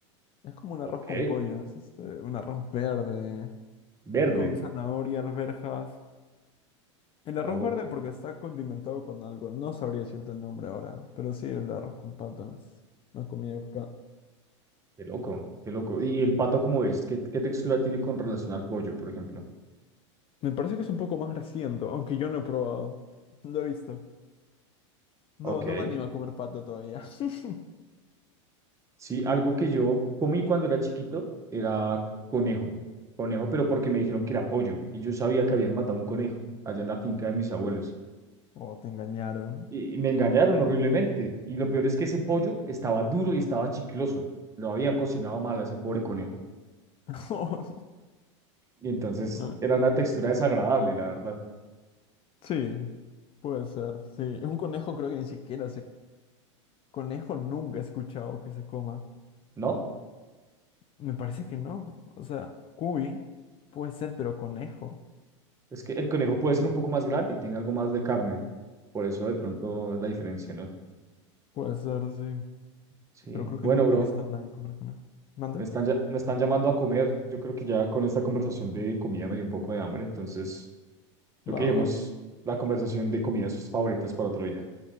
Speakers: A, on the left; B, on the right.
A: Es como un arroz
B: ok,
A: con pollo, es este, un arroz verde,
B: verde,
A: con zanahoria, arvejas. El
B: ok,
A: arroz verde porque está condimentado con algo, no sabría decirte el nombre ahora, pero sí, el arroz con pato no es una comida acá.
B: Qué loco, qué loco. ¿Y el pato cómo es? ¿Qué, qué textura tiene con relación al pollo, por ejemplo?
A: Me parece que es un poco más grasiento, aunque yo no he probado. <laughs> Lo he visto. No,
B: Ok.
A: no me animo a comer pato todavía. <laughs>
B: Sí, algo que yo comí cuando era chiquito era conejo. Conejo, pero porque me dijeron que era pollo. Y yo sabía que habían matado un conejo allá en la finca de mis abuelos.
A: O te engañaron.
B: Y, y me engañaron horriblemente. Y lo peor es que ese pollo estaba duro y estaba chicloso. Lo habían cocinado mal a ese pobre conejo.
A: <laughs> O
B: Y entonces
A: no.
B: era una textura desagradable, la verdad.
A: Sí, puede ser, sí. Un conejo creo que ni siquiera se... Conejo nunca he escuchado que se coma.
B: ¿No?
A: Me parece que no. O sea, cuy puede ser, pero conejo.
B: Es que el conejo puede ser un poco más grande y tiene algo más de carne. Por eso de pronto la diferencia, ¿no?
A: Puede ser, sí.
B: Sí,
A: Pero creo
B: bueno,
A: que nunca
B: bro,
A: he visto a nadie comer conejo. ¿Mande?
B: me están, ya- me están llamando a comer. Yo creo que ya con esta conversación de comida me dio un poco de hambre, entonces lo que
A: Va,
B: dijimos,
A: va.
B: la conversación de comidas favoritas para otro día.